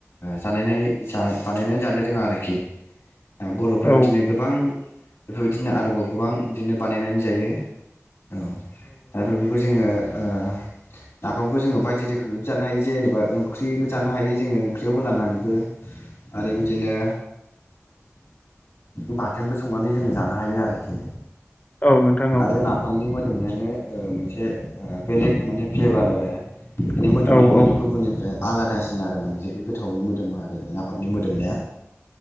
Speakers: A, on the left; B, on the left.
A: जानाय बानायनानै जानो रोङा आरोखि बर'फ्रा
B: औ
A: बिदिनो गोबां बेफोरबायदिनो आरोबाव गोबां बिदिनो बानायनानै जायो औ दा बेफोरखौ जोङो ओ नाफामखौ जो बायदि रोखो खोमैबो जानो हायो जेनेबा ओंख्रिबो जानो हायो जोङो ओंख्रियाव लानानैबो आरो बिदिनो ओ बाथोनबो संनानै जोङो जानो हायो आरोखि
B: औ नोंथां औ
A: आरो नाफामनि मो जोमनायानो ओ मोनसे बेलेग माने फ्लेभार आरो बेनि मोदोमनाया
B: औ नोंथां औ नोंथां औ
A: माने
B: औ
A: गुबुननिफ्राय आलादासिन आरो माने जोबोद गोथावै मोदोमो आरो बे नाफामनि मोदोमनाया